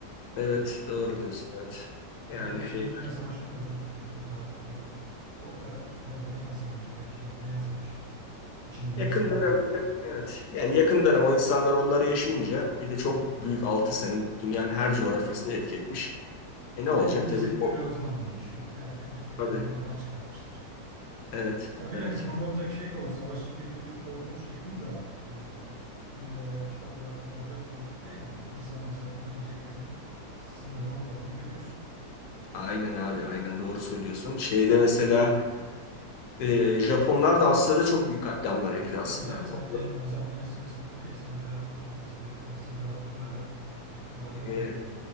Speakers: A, on the left; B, on the right.
A: evet. Doğru diyorsun. Evet. Yani
B: Ama Birinci
A: şey
B: Dünya Savaşı'nın da çok ciddi tarafları var. O o kadar perdeye yansımamış veya kitaplara yansımamış. İkinci
A: Yakın
B: Dünya Savaşı.
A: dönem, evet. Yani yakın dönem o insanlar onları yaşayınca bir de çok büyük 6 sene dünyanın her coğrafyasında etki etmiş. E ne
B: Bir
A: olacak?
B: de film
A: Tabii,
B: sektörü
A: o,
B: o zaman gelişiyor derken işte
A: tabii.
B: konuyu oradan çıkartmışlar.
A: Evet,
B: Tabii
A: tabii
B: yani
A: ki.
B: konu olacak şey de o. Savaşın getirdiği korkunç yıkım da e, filmlere, kitaplara konu olacak boyutta yani. İnsanın insana yapabileceklerinin sınırı olmadığını görüyorsun.
A: Aynen abi, aynen doğru söylüyorsun. Şeyde mesela e, Japonlar da Asya'da çok büyük katliamlar yapıyor
B: Tabii
A: aslında.
B: canım sadece
A: O-
B: Nazi Almanyası ile sınırlı değil. Sen biraz da oradan bahset. Evet, Asya taraflarında da ciddi olaylar
A: E,
B: dönüyor.